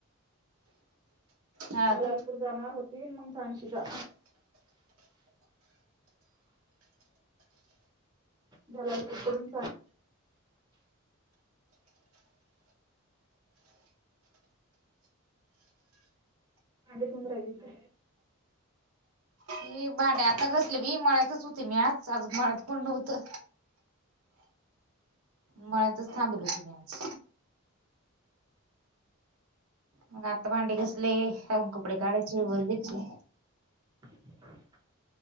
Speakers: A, on the right; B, on the right.
A: हा
B: जलालपूर
A: का
B: जाणार होती मग सांशिका झाला करून भांडी धून राहिली तर
A: ते भांडे्या आता घासले बी मळ्यातच होते मी आज आज मळ्यात कोण नव्हतं मळ्यातच थांबले होते मी आज मग आत्ता भांडे घासले आवून कपडे काढायचे ओलेचे
B: <inaudible>